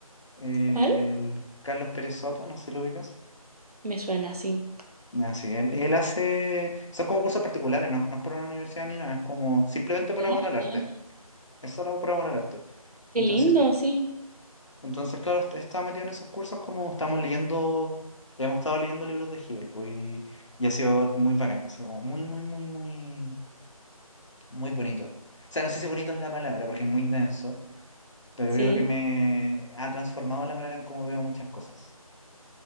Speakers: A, on the left (about 55°); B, on the right (about 85°).
A: el
B: ¿Cuál?
A: Carlos Pérez Soto, no sé si lo ubicas.
B: Me suena sí
A: Ah, sí, él, él hace, son como cursos particulares, ¿no? No es por una universidad ni nada, es como simplemente por
B: Ah,
A: amor al
B: genial.
A: arte. Es solo por amor al arte.
B: Qué
A: Entonces
B: lindo, sí.
A: Entonces, claro, est- estaba metido en esos cursos como estamos leyendo, hemos estado leyendo libros de Hegel, pues, y, y ha sido muy bacán, ha sido como muy, muy, muy, muy, muy bonito. O sea, no sé si bonito es la palabra, porque es muy denso, pero
B: Sí.
A: creo que me ha transformado la manera en cómo veo muchas cosas.